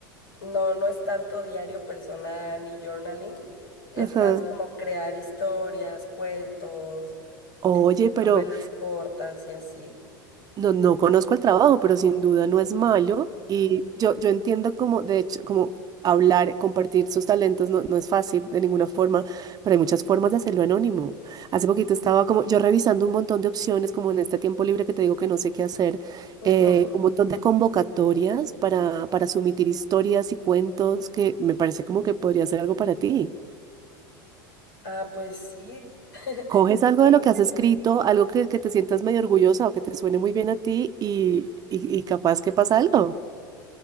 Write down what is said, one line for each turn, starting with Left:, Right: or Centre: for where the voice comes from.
Left: no, no es tanto diario personal ni journaling, es
Right: Ajá.
Left: más como crear historias, cuentos,
Right: Oye,
Left: eh,
Right: pero
Left: novelas cortas y así.
Right: No, no conozco el trabajo, pero sin duda no es malo. Y yo, yo entiendo como, de hecho, como hablar, compartir sus talentos no, no es fácil de ninguna forma, pero hay muchas formas de hacerlo anónimo. Hace poquito estaba como yo revisando un montón de opciones, como en este tiempo libre que te digo que no sé qué hacer, eh,
Left: Ujú.
Right: un montón de convocatorias para, para sumitir historias y cuentos que me parece como que podría ser algo para ti.
Left: Ah, pues sí. <laughs>
Right: Coges algo
Left: Sí,
Right: de lo que has
Left: sí,
Right: escrito,
Left: sí.
Right: algo que, que te sientas medio orgullosa o que te suene muy bien a ti y, y, y capaz que pasa algo.